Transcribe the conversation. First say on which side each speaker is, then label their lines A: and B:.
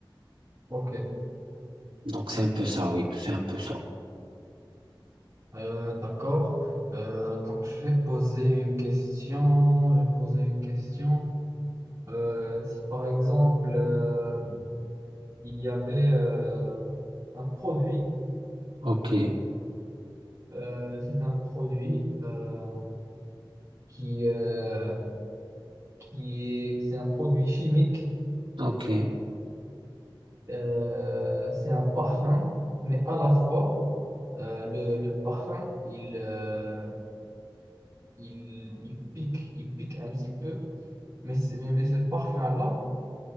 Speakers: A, on the right (about 30°); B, on the right (about 85°).
A: ok,
B: Donc c'est un peu ça, oui, c'est un peu ça.
A: Euh, d'accord. Euh, donc je vais poser une question, je vais poser une question. Euh, si par exemple euh, il y avait euh, un produit
B: Ok,
A: euh, c'est un produit. euh, qui, euh, qui est, c'est un produit chimique,
B: ok,
A: euh, c'est un parfum, mais à la fois, euh, le, le parfum, il, euh, il, il pique, il pique un petit peu, mais, c'est- mais, mais ce parfum-là,